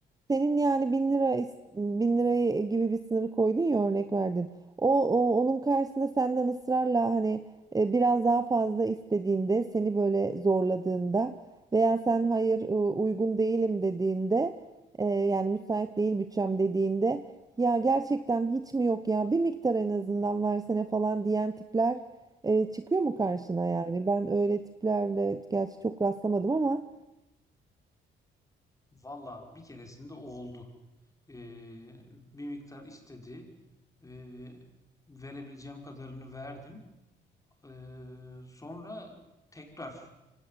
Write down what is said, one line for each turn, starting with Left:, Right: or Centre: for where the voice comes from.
Right: Senin yani bin lira is- bin lirayı e, gibi bir sınırı koydun ya örnek verdin. O, o onun karşısında senden ısrarla hani e, biraz daha fazla istediğinde seni böyle zorladığında veya sen hayır e, uygun değilim dediğinde e, yani müsait değil bütçem dediğinde ya gerçekten hiç mi yok ya bir miktar en azından versene falan diyen tipler e, çıkıyor mu karşına yani? Ben öyle tiplerle gerçi çok rastlamadım ama
Left: Valla bir keresinde o oldu. Ee, bir miktar istedi. Ee, verebileceğim kadarını verdim. Ee, sonra tekrar